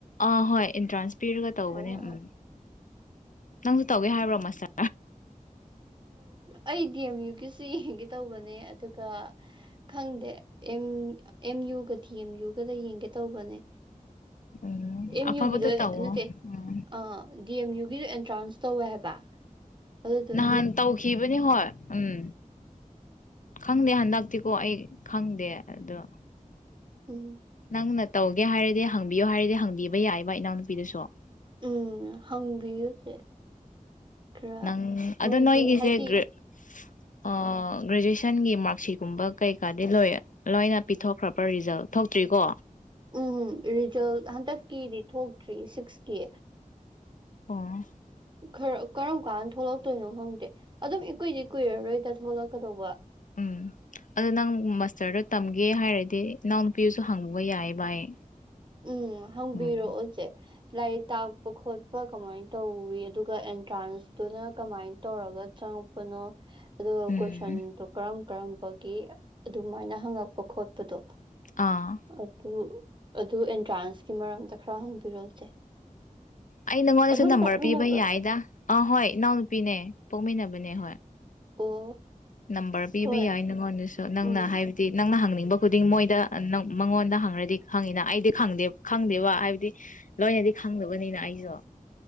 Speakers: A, on the left; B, on the right.
A: ꯑꯥ ꯍꯣꯏ ꯑꯦꯟꯇ꯭ꯔꯥꯟꯁ ꯄꯤꯔꯒ ꯇꯧꯕꯅꯦ
B: ꯑꯣ ꯑꯣ
A: ꯎꯝ ꯅꯪꯁꯨ ꯇꯧꯒꯦ ꯍꯥꯏꯕ꯭ꯔꯣ ꯃꯁꯇ꯭ꯔ
B: ꯑꯩ ꯗꯤ ꯑꯦꯝ ꯌꯨꯒꯤꯁꯦ ꯌꯦꯡꯒꯦ ꯇꯧꯕꯅꯦ ꯑꯗꯨꯒ ꯈꯪꯗꯦ ꯑꯦꯝ ꯑꯦꯝ ꯌꯨꯒ ꯗꯤ ꯑꯦꯝ ꯌꯨꯒꯗ ꯌꯦꯡꯒꯦ ꯇꯧꯕꯅꯦ
A: ꯎꯝ
B: ꯑꯦꯝ
A: ꯑꯐꯕꯗ
B: ꯌꯨꯒꯤꯗꯣ
A: ꯇꯧꯋꯣ
B: ꯅꯠꯇꯦ
A: ꯎꯝ
B: ꯑꯥ ꯗꯤ ꯑꯦꯝ ꯌꯨꯒꯤꯗꯣ ꯑꯦꯟꯇ꯭ꯔꯥꯟꯁ ꯇꯧꯋꯦ ꯍꯥꯏꯕ ꯑꯗꯨꯗꯨꯒꯤ
A: ꯅꯍꯥꯟ ꯇꯧꯈꯤꯕꯅꯤ ꯍꯣꯏ ꯎꯝ ꯈꯪꯗꯦ ꯍꯟꯗꯛꯇꯤꯀꯣ ꯑꯩ ꯈꯪꯗꯦ ꯑꯗꯣ
B: ꯎꯝ
A: ꯅꯪꯅ ꯇꯧꯒꯦ ꯍꯥꯏꯔꯗꯤ ꯍꯪꯕꯤꯌꯨ ꯍꯥꯏꯔꯗꯤ ꯍꯪꯕꯤꯕ ꯌꯥꯏꯕ ꯏꯅꯥꯎꯅꯨꯄꯤꯗꯨꯁꯨ
B: ꯎꯝ ꯍꯪꯕꯤꯌꯨ ꯆꯦ ꯈꯔ
A: ꯅꯪ
B: ꯃꯣꯏꯒꯤ
A: ꯑꯗꯣ ꯅꯣꯏꯒꯤꯁꯦ
B: ꯍꯥꯏꯗꯤ
A: ꯒ꯭ꯔꯦ ꯑꯥ ꯒ꯭ꯔꯦꯖꯨꯋꯦꯁꯟꯒꯤ ꯃꯥꯛ ꯁꯤꯒꯨꯝꯕ ꯀꯩꯀꯥꯗꯤ ꯂꯣꯏꯔꯦ ꯂꯣꯏꯅ ꯄꯤꯊꯣꯛꯈ꯭ꯔꯕ꯭ꯔꯥ ꯔꯤꯖꯜ ꯊꯣꯛꯇ꯭ꯔꯤꯀꯣ
B: ꯎꯝ ꯔꯤꯖꯜ ꯍꯟꯗꯛꯀꯤꯗꯤ ꯊꯣꯛꯇ꯭ꯔꯤ ꯁꯤꯛꯁꯀꯤ
A: ꯑꯣ
B: ꯈꯔ ꯀꯔꯝ ꯀꯥꯟꯗ ꯊꯣꯛꯂꯛꯇꯣꯏꯅꯣ ꯈꯪꯗꯦ ꯑꯗꯨꯝ ꯏꯀꯨꯏꯗꯤ ꯀꯨꯏꯔꯔꯣꯏꯗ ꯊꯣꯛꯂꯛꯀꯗꯧꯕ <inaudible>
A: ꯎꯝ ꯑꯗꯣ ꯅꯪ ꯃꯁꯇ꯭ꯔꯗꯣ ꯇꯝꯒꯦ ꯍꯥꯏꯔꯗꯤ ꯏꯅꯥꯎ ꯅꯨꯄꯤꯗꯨꯁꯨ ꯍꯪꯕ ꯌꯥꯏꯕ ꯑꯩ
B: ꯎꯝ ꯍꯪꯕꯤꯔꯛꯑꯣ
A: ꯎꯝ
B: ꯆꯦ ꯂꯥꯏꯔꯤꯛ ꯇꯥꯛꯄ ꯈꯣꯠꯄ ꯀꯃꯥꯏ ꯇꯧꯋꯤ ꯑꯗꯨꯒ ꯑꯦꯟꯇ꯭ꯔꯥꯟꯁꯇꯨꯅ ꯀꯃꯥꯏꯅ ꯇꯧꯔꯒ ꯆꯉꯛ ꯄꯅꯣ ꯑꯗꯨꯒ
A: ꯎꯝ
B: ꯀꯣꯏꯁꯟꯗꯣ ꯀꯔꯝ ꯀꯔꯝꯕꯒꯤ ꯑꯗꯨꯃꯥꯏꯅ ꯍꯪꯉꯛꯄ ꯈꯣꯠꯄꯗꯣ
A: ꯑꯥ
B: ꯑꯗꯨ ꯑꯗꯨ ꯑꯦꯟꯇ꯭ꯔꯥꯟꯁꯀꯤ ꯃꯔꯝꯗ ꯈꯔ ꯍꯪꯕꯤꯔꯛꯑꯣ ꯆꯦ
A: ꯑꯩ ꯅꯪꯉꯣꯟꯗꯁꯨ
B: ꯑꯗꯨꯝ
A: ꯅꯝꯕꯔ
B: ꯄꯣꯛꯃꯤꯟꯅꯕ꯭ꯔꯣ
A: ꯄꯤꯕ ꯌꯥꯏꯗ ꯑꯥ ꯍꯣꯏ ꯏꯅꯥꯎꯅꯨꯄꯤꯅꯦ ꯄꯣꯛꯃꯤꯟꯅꯕꯅꯦ ꯍꯣꯏ
B: ꯑꯣ
A: ꯅꯝꯕꯔ ꯄꯤꯕ
B: ꯍꯣꯏ
A: ꯌꯥꯏ ꯅꯪꯉꯣꯟꯗꯁꯨ ꯅꯪꯅ
B: ꯎꯝ
A: ꯍꯥꯏ ꯗꯤ ꯅꯪꯅ ꯍꯪꯅꯤꯡꯕ ꯈꯨꯗꯤꯡ ꯃꯣꯏꯗ ꯃꯥ ꯃꯉꯣꯟꯗ ꯍꯪꯔꯗꯤ ꯈꯪꯉꯤꯅ ꯑꯩꯗꯤ ꯈꯪꯗꯦ ꯈꯪꯗꯦꯕ ꯍꯥꯏꯕꯗꯤ ꯂꯣꯏꯅꯗꯤ ꯈꯪꯗꯕꯅꯤꯅ ꯑꯩꯖꯨ